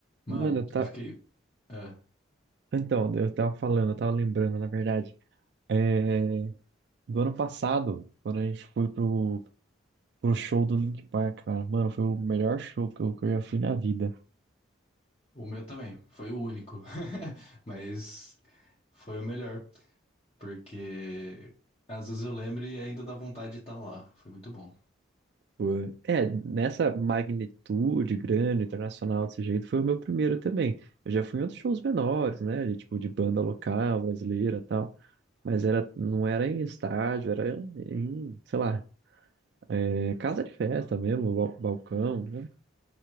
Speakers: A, on the left (about 30°); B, on the right (about 55°).
A: Mano,
B: Mano, tá.
A: eu fiquei. é,
B: Então, eu tava falando, eu tava lembrando, na verdade. É... Do ano passado, quando a gente foi pro, pro show do Linkin Park, cara. Mano, foi o melhor show que eu, que eu já fui na vida.
A: o meu também, foi o único. <laughs> Mas foi o melhor. Porque às vezes eu lembro e ainda dá vontade de estar lá. Foi muito bom.
B: Foi- É, nessa magnitude grande, internacional, desse jeito, foi o meu primeiro também. Eu já fui em outros shows menores, né? De, tipo, de banda local, brasileira e tal. Mas era, não era em estádio, era em, sei lá, é, casa de festa mesmo, bal- balcão, né?